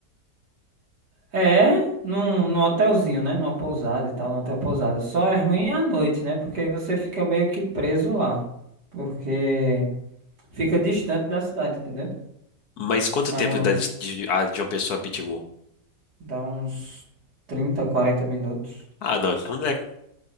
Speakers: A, on the right (about 70°); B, on the left (about 65°).
A: É, num, num hotelzinho, né? Numa pousada e tal, num hotel pousada. Só é ruim à noite, né? Porque você fica meio que preso lá. Porque fica distante da cidade, entendeu?
B: Mas quanto
A: É
B: tempo
A: uma.
B: dá de, de, ah, de uma pessoa a Pitimbu?
A: Dá uns 30, 40 minutos.
B: Ah, não, então não é